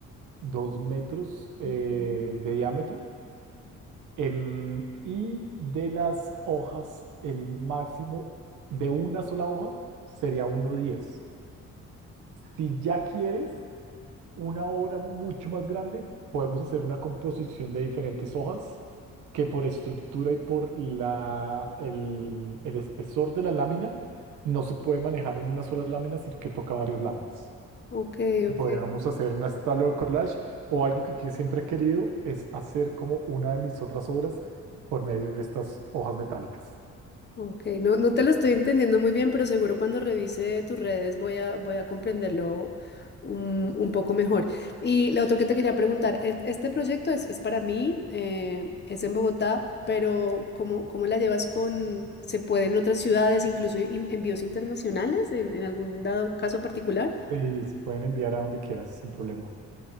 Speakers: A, on the right; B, on the left.
A: 2 metros eh,
B: Ujú.
A: de diámetro Em, y de las hojas, el máximo de una sola hoja sería uno diez. Si ya quieres una obra mucho más grande, podemos hacer una composición de diferentes hojas que por estructura y por la, el, el espesor de la lámina no se puede manejar en una sola lámina, sino que toca varias láminas
B: Ok,
A: que
B: ok.
A: podamos hacer una style or collage o algo que, que siempre he querido es hacer como una de mis otras obras por medio de estas hojas metálicas.
B: Ok, no, no te lo estoy entendiendo muy bien, pero seguro cuando revise tus redes voy a, voy a comprenderlo un, un poco mejor. Y lo otro que te quería preguntar, es- este proyecto es, es para mí, eh, es en Bogotá, pero ¿cómo, cómo la llevas con, se puede en otras ciudades, incluso en- envíos internacionales, en, en algún dado caso particular?
A: Y se pueden enviar a donde quieras sin problema.